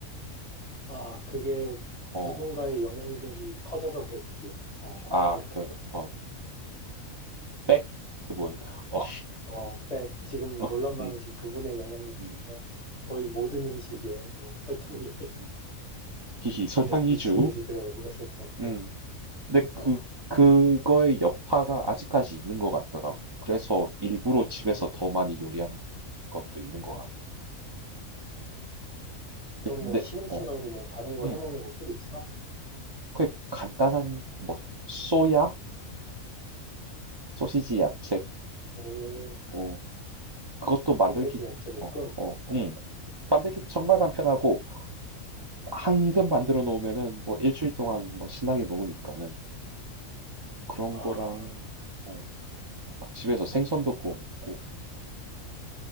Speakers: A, on the left; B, on the right.
A: 아, 그게
B: 어,
A: 누군가의 영향력이 커져서 그랬지. 어,
B: 아,
A: 한때.
B: 그, 어, 백 그분. 어,
A: 어, 백, 지금
B: <laughs>
A: 논란 많으신
B: 음,
A: 그분의 영향력
B: 음,
A: 때문에 거의 모든 음식에 어, 설탕이
B: 음, 음. 히히, 설탕
A: <laughs>
B: 이주.
A: 미친 듯이 들어가긴 했었지, 한때.
B: 음. 근데
A: 어,
B: 그, 그거의 여파가 아직까지 있는 것 같더라고. 그래서 일부러 집에서 더 많이 요리하는
A: 음.
B: 것도 있는 것 같아.
A: 그럼
B: 근데,
A: 뭐 시금치
B: 어,
A: 말고 뭐 다른 거
B: 음,
A: 해먹는 거 또 있어?
B: 그 간단한, 뭐, 소야? 소시지 야채.
A: 오,
B: 어, 그것도 만들기,
A: 소세지 야채 볶음.
B: 어, 어, 음. 만들기 정말 간편하고, 한근 만들어 놓으면은 뭐 일주일 동안 뭐 신나게 먹으니까는 그런
A: 아,
B: 거랑 어, 막 집에서 생선도 구워 먹고